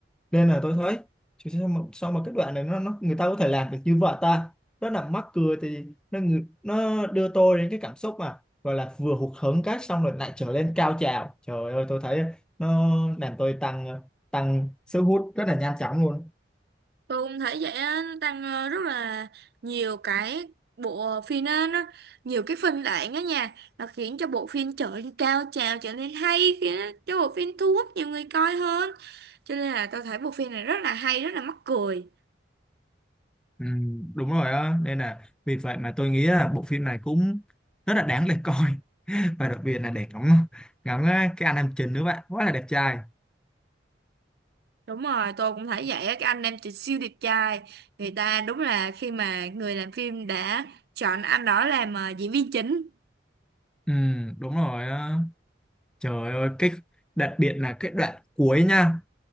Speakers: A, in the centre; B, on the right.
A: nên là tôi thấy chứ sao mà, sao mà cái đoạn này nó, nó người ta có thể làm được như vậy ta rất là mắc cười thì nó ngự- nó đưa tôi đến cái cảm xúc mà gọi là vừa hụt hẫng cái xong rồi lại trở lên cao trào trời ơi tôi thấy nó làm tôi tăng tăng sức hút rất là nhanh chóng luôn
B: Tôi cũng thấy vậy á, nó tăng ờ, rất là nhiều cái bộ phim á, nó nhiều cái phân đoạn á nha, nó khiến cho bộ phim trở nên cao trào, trở nên hay, khiến cho bộ phim thu hút nhiều người coi hơn. Cho nên là tôi thấy bộ phim này rất là hay, rất là mắc cười.
A: Ừ, đúng rồi á nên là vì vậy mà tôi nghĩ là bộ phim này cũng rất là đáng để coi <laughs> và đặc biệt là để ngắm ngắm cái anh nam chính nữa bạn quá là đẹp trai
B: Đúng rồi, tôi cũng thấy vậy á, cái anh em chị siêu đẹp trai, người ta đúng là khi mà người làm phim đã chọn anh đó làm ờ, diễn viên chính.
A: ừ, đúng rồi á Trời ơi, cái đặc biệt là cái đoạn cuối nha.